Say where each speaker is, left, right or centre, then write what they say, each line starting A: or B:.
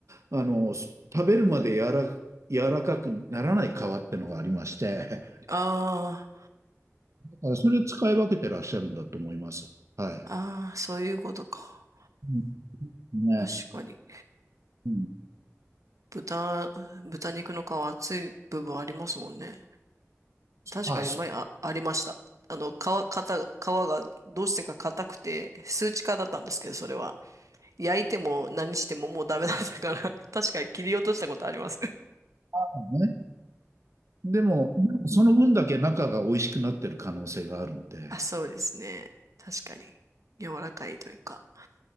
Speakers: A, on the right; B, on the right.
A: あの、食べるまで柔ら、柔らかくならない皮ってのがありまして、
B: あ
A: だからそれ使い分けてらっしゃるんだと思います。はい。
B: あ、ああ、そういうことか。
A: うんね。
B: 確かに。
A: うん。
B: 豚、豚肉の皮厚い部分ありますもんね。確かに前あ、
A: あ、そ
B: ありました。あの、皮、型、皮がどうしてか硬くて、数値化だったんですけど、それは。焼いても何してももうダメだったから、<laughs> 確かに切り落としたことあります。<laughs>
A: うね。でも、でもその分だけ中が美味しくなってる可能性があるんで。
B: あ、そうですね。確かに。柔らかいというか。